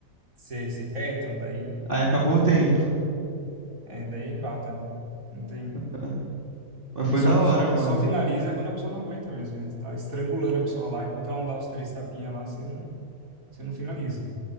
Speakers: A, on the right; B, on the right.
A: Sei, sei. É, então daí,
B: Aí acabou o tempo,
A: é, daí é empata, né? Não tem.
B: cara. Mas
A: Porque
B: foi
A: só,
B: da hora,
A: só,
B: mano.
A: só finaliza quando a pessoa não aguenta mesmo, né? Você tá estrangulando a pessoa lá, enquanto ela não dá os três tapinhas lá, você não, você não finaliza.